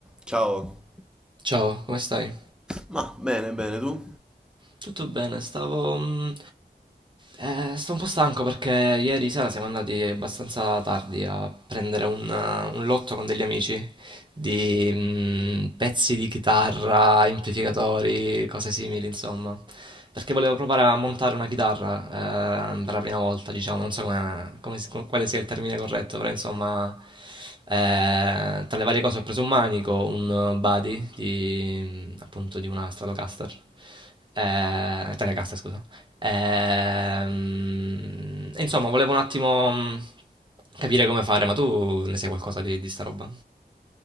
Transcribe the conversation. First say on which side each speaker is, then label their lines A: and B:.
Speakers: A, in the centre; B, on the right.
A: Ciao.
B: Ciao, come stai?
A: Ma bene, bene, tu?
B: Tutto bene, stavo... mm, eh, sto un po' stanco perché ieri sera siamo andati abbastanza tardi a prendere un, eh, un lotto con degli amici di mm, pezzi di chitarra, amplificatori, cose simili, insomma. Perché volevo provare a montare una chitarra eh, per la prima volta, diciamo, non so come, come si- quale sia il termine corretto, però insomma, eh, tra le varie cose ho preso un manico, un body di, appunto di una Stratocaster, eh, Telecaster, scusa. Ehm, e insomma, volevo un attimo mm, capire come fare, ma tu ne sai qualcosa di, di sta roba?